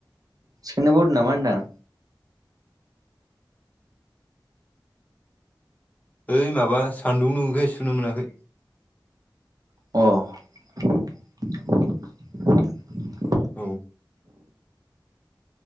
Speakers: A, on the right; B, on the left.
A: थिखोनो बावदों नामा होनदां।
B: ओइ माबा सान्दुं दुङैखाय सुनो मोनाखै।
A: अह।
B: औ।